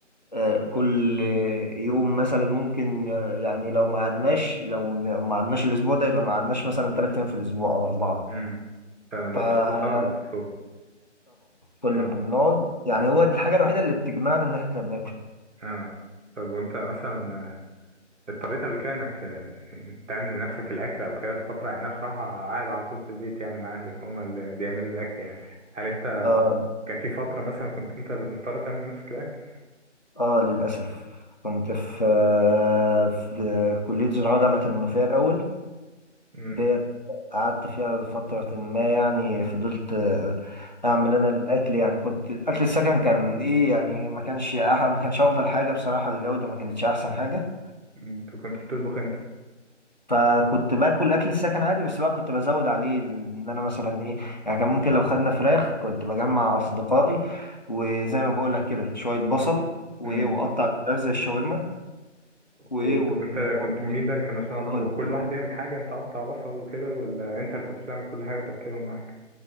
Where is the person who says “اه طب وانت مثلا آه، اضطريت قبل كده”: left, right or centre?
Right